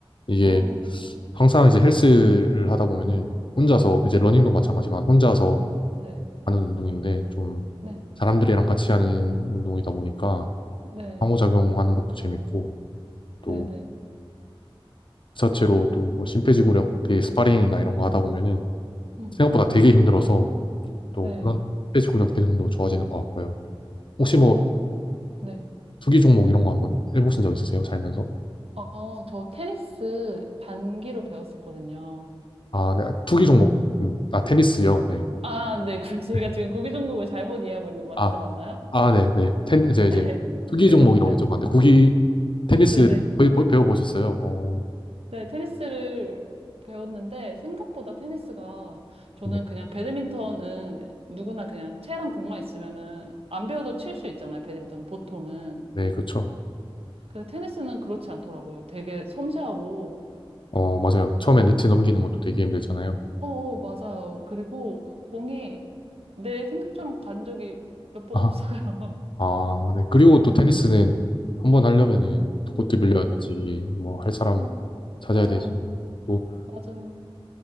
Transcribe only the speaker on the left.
이게
항상 이제 헬스를 하다 보면은 혼자서 이제 러닝도 마찬가지만 혼자서
하는 운동인데 좀
사람들이랑 같이 하는 운동이다 보니까
상호작용하는 것도 재밌고 또
그 자체로 또 뭐 심폐지구력 그 스파링이나 이런 거 하다 보면은
생각보다 되게 힘들어서 또
그런 심폐지구력 기능도 좋아지는 것 같고요. 혹시
뭐
투기 종목 이런 거 한번 해보신 적 있으세요? 살면서?
아, 네. 투기 종목. 음, 아, 테니스요. 네.
네.
아,
아, 네, 네. 텐, 이제,
이제, 투기
종목이라고
여쭤봤는데, 구기 테니스
배, 배- 배워보셨어요? 어,
네.
네, 그렇죠.
어, 맞아요. 처음에 네트 넘기는 것도 되게 힘들잖아요.
아,
아, 네. 그리고 또 테니스는 한 번 하려면은 코트
빌려야 되지, 뭐 할 사람
찾아야
되지. 또